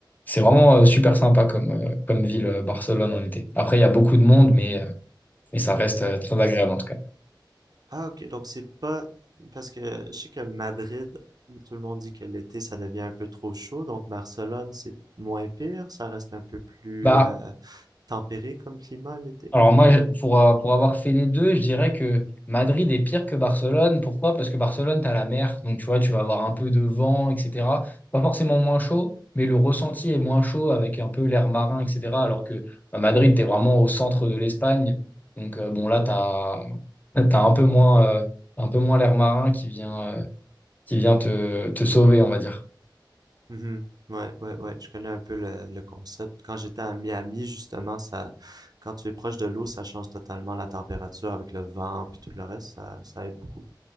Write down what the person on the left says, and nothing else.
c'est vraiment euh, super sympa comme, euh, comme ville, euh, Barcelone, en été. Après, il y a beaucoup de monde, mais, euh, mais ça reste euh, très agréable en tout cas.
Bah,
Alors moi, je- pour, euh, pour avoir fait les deux, je dirais que Madrid est pire que Barcelone. Pourquoi? Parce que Barcelone, tu as la mer, donc tu vois, tu vas avoir un peu de vent, etc. Pas forcément moins chaud, mais le ressenti est moins chaud avec un peu l'air marin, etc. Alors que à Madrid, tu es vraiment au centre de l'Espagne. Donc euh, bon, là, tu as, un peu moins, euh, un peu moins l'air marin qui vient, euh, qui vient te, te sauver, on va dire.